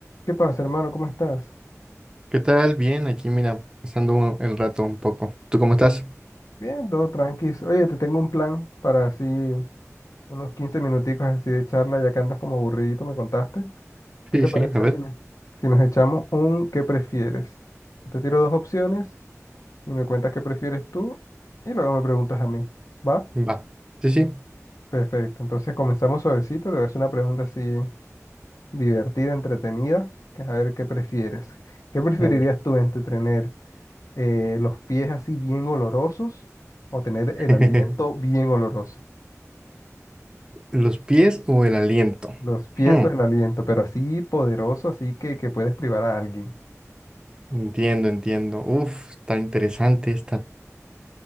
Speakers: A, on the left (about 75°); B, on the right (about 15°).
A: ¿Qué pasa, hermano? ¿Cómo estás?
B: ¿Qué tal? Bien, aquí mira, pasando el rato un poco. ¿Tú cómo estás?
A: Bien, todo tranquilo. Oye, te tengo un plan para así unos 15 minuticos así de charla, ya que andas como aburridito, me contaste. ¿Qué
B: Sí,
A: te
B: sí,
A: parece
B: a ver.
A: si, nos- si nos echamos un qué prefieres? Te tiro dos opciones y me cuentas qué prefieres tú y luego me preguntas a mí. ¿Va?
B: Va. Sí, sí.
A: Perfecto. Entonces comenzamos suavecito. Te voy a hacer una pregunta así divertida, entretenida, que es a ver qué prefieres. ¿Qué preferirías
B: A ver.
A: tú entre tener eh, los pies así bien olorosos o tener
B: <laughs>
A: el aliento bien oloroso.
B: ¿Los pies o el aliento?
A: Los pies
B: Hmm,
A: o el aliento, pero así poderoso, así que, que puedes privar a alguien.
B: Entiendo, entiendo. Uf, está interesante esta.